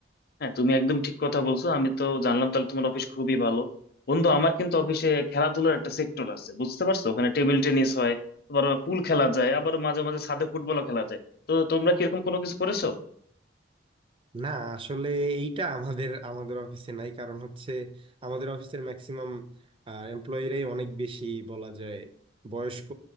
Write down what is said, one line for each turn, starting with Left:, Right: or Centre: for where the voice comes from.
Left: হ্যাঁ তুমি একদম ঠিক কথা বলছো আমি তো জানলাম তাহলে তোমার অফিস খুবই ভালো বন্ধু আমার কিন্তু অফিসে খেলাধুলার একটা সেক্টর আছে বুঝতে পারছো ওখানে টেবিল টেনিস হয় আবার পুল খেলা যায় আবার মাঝে মাঝে ছাদে ফুটবলও খেলা যায় তো তোমরা কি এরকম কোনো কিছু করেছো
Right: না আসলে এইটা আমাদের আমাদের অফিসে নাই কারণ হচ্ছে আমাদের অফিসের ম্যাক্সিমাম এমপ্লয়িরাই অনেক বেশি বলা যায় বয়স্ক